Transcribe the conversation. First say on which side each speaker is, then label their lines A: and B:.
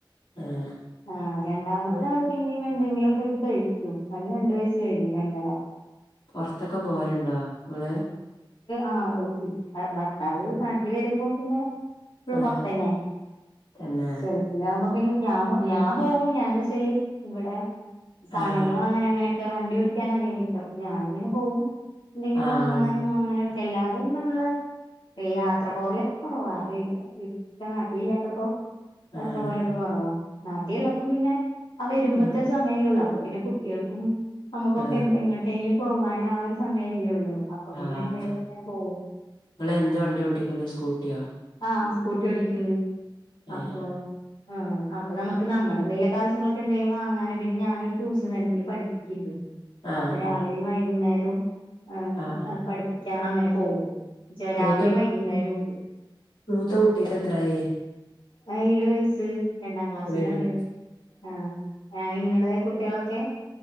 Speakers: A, on the left; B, on the left.
A: ആഹ്
B: ആഹ് രണ്ടാമത്തെ
A: നിങ്ങള്
B: ആള് പിന്നെം എന്തെങ്കിലൊക്കെ ആയിട്ട് കഴിക്കും അവന് രണ്ട് വയസ്സ് കഴിഞ്ഞു രണ്ടര
A: പൊറത്തൊക്കെ പോവലുണ്ടോ ഇങള്
B: ആ ഭർത്താവ് നാട്ടി വരുമ്പോ പിന്നെ ഇങ്ങൾ
A: ആഹ്
B: പൊറത്തന്നെ
A: തന്നെ
B: ഗൾഫിലാവുമ്പോ പിന്നെ ഞാൻ ഞാൻ പോവും ഞാൻ എന്താ വെച്ചാല് ഇവിടെ സാധനങ്ങളും
A: ആഹ്
B: അങ്ങനെ അങ്ങനെ വണ്ടി ഓടിക്കാൻ അറിയനിക്ക് അപ്പ ഞാനിങ്ങനെ പോകും എന്തെങ്കിലും
A: ആണല്ലേ
B: വാങ്ങാനും അങ്ങനെ അല്ലാതൊന്നുള്ള യാത്ര പോവലൊക്കെ കൊറവാ ഇക്കാ നാട്ടില്ലാത്തപ്പോ യാത്ര
A: ആഹ്
B: പോവലൊക്ക കൊറവാ നാട്ടിലുള്ളപ്പോ പിന്നെ ആ വരുമ്പത്തെ
A: ആഹ്
B: സമയലേള്ളൂ അപ്പൊ പിന്നെ കുട്ടികൾക്കും നമുക്കൊക്കെ
A: ആഹ്
B: എങ്ങോട്ടേലും പോവാൻ ആ ഒരു സമയമല്ലേ ഉള്ളൂ അപ്പൊ
A: ആഹ്
B: പിന്നെ എങ്ങടേലൊക്കെ
A: അതാ
B: ഇങ്ങനെ പോകും
A: നിങ്ങള് എന്ത് വണ്ടി ഓട്ടിക്കല് സ്കൂട്ടിയ
B: ആ സ്കൂട്ടി ഓടിക്കലുണ്ട്
A: ഏഹ്
B: അപ്പൊ ആ അപ്പൊ നമ്മുക്ക് നമ്മുടെ എന്തേലുക്കെ ആവശ്യങ്ങൾ എന്തേലും ഒക്കെ വാങ്ങാനും പിന്നെ ഞാൻ ഒരു ട്യൂഷൻ സെന്ററിൽ പഠിപ്പിക്കുണ്ട്
A: ആഹ്
B: അപ്പൊ രാവിലെയ
A: ആഹ്
B: വൈകുന്നേരവും ഏ
A: ആഹ് ആഹ്
B: ഏ പഠിപ്പിക്കാൻ അങ്ങനെ പോകും
A: മൂത്ത
B: രാവിലെ വൈകുന്നേരം ഉണ്ട്
A: മൂത്ത കുട്ടിക്ക് എത്രായി
B: ആ ഏഴു വയസ്സ് രണ്ടാം ക്ലാസ്സിലാണ്
A: ഏഴ്
B: ആഹ് ആ ഇങ്ങളെ കുട്ടികളൊക്കെ